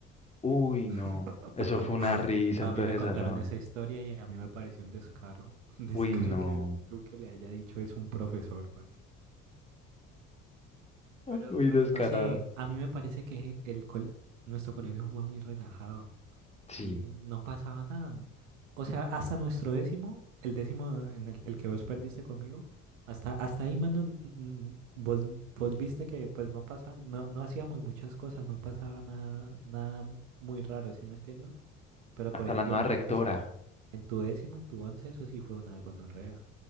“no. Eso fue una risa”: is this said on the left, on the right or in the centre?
Left